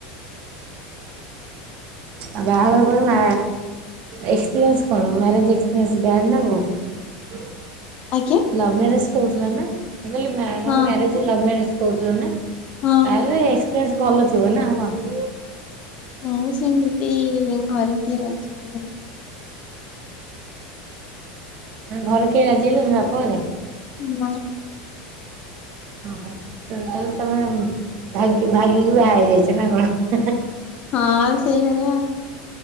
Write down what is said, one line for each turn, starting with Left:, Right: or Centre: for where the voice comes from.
Right: ଆଉ ବାହାଘର ପରେ ମା ଏକ୍ସପିରିଏନ୍ସ୍ କଣ ମ୍ୟାରେେଜ୍ ଏକ୍ସପିରିଏନ୍ସ୍ ବ୍ୟାଡ଼୍ ନାଁ ଗୁଡ଼୍?
Left: ଆଜ୍ଞା
Right: ଲଭ ମାରେଜ କହୁଥିଲା ନା ମୁଁ କହିଲି ମ୍ୟା ତମ
Left: ହଁ
Right: ମ୍ୟାରେଜ ଲଭ୍ ମ୍ୟରେଜ୍। କହୁଥିଲ ନା
Left: ହଁ
Right: ତାହେଲେ ଏକପ୍ରେସ ଭଲଥିବ ନା କଣ।
Left: ନାଇଁ ସେମିତି ଘରେ ଟିକଏ ରାଜି ହେଲେନି।
Right: ମାନେ ଘରେ କେହି ରାଜି ହେଲେନି ବାପ ଘରେ?
Left: ନାଁ।
Right: ଓହୋ ସେତି ହେଲେ ତମେ ଭାଗି ଭାଗିକି ବିହାରଇଯାଇଛ ନା କଣ।
Left: ହଁ ସେଇଭଳିଆ।